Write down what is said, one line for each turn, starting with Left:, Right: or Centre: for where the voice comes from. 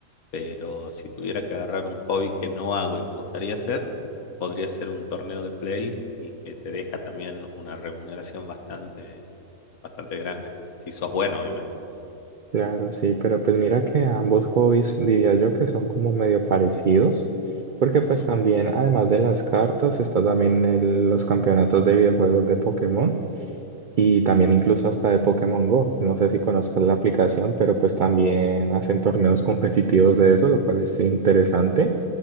Left: pero si tuviera que agarrar un hobby que no hago y me gustaría hacer, podría ser un torneo de play y que te deja también una remuneración bastante, bastante grande. Si sos bueno, obviamente.
Right: Claro, sí, pero pues mira que ambos hobbies diría yo que son como medio parecidos, porque pues
Left: Ujú.
Right: también además de las cartas está también el- los campeonatos de videojuegos de Pokémon y también incluso hasta de Pokémon Go. No sé si conozcas la aplicación, pero pues también hacen torneos competitivos de eso, lo cual es interesante.